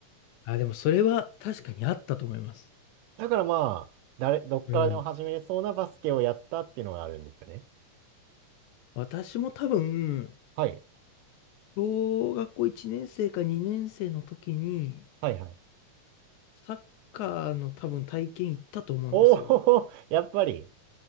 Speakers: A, on the left; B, on the right.
A: あ、でもそれは確かにあったと思います。
B: だからまあ、誰、どっからでも始めれそうなバスケをやったっていうのがあるんですよね。
A: うん。私も多分、
B: はい。
A: 小学校1年生か2年生の時に、
B: はいはい。
A: サッカーの多分体験行ったと思うんですよ。
B: おお、<laughs> やっぱり。